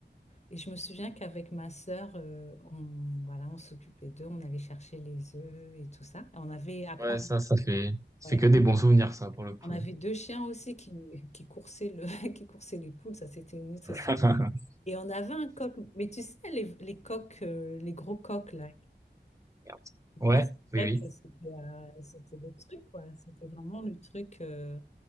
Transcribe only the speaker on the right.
Ouais,
ça, ça fait, ça
fait que des bons souvenirs, ça, pour le coup.
<laughs>
Merde. Ouais,
oui, oui.